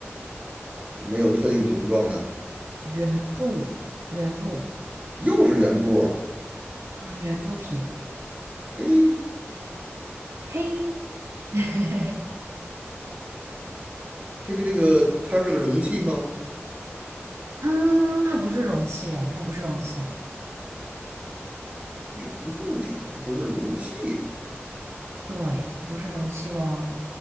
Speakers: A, on the right (about 30°); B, on the right (about 70°).
A: 没有特定形状的？
B: 嗯，圆柱，圆柱，
A: 又是圆柱儿
B: 嗯，圆柱体，
A: 嘿，
B: 嘿，<laughs>
A: 这个这个，它是个容器吗？
B: 嗯，它不是容器，哎，它不是容器，
A: 圆柱底，它不是容器，
B: 对，它不是容器哦，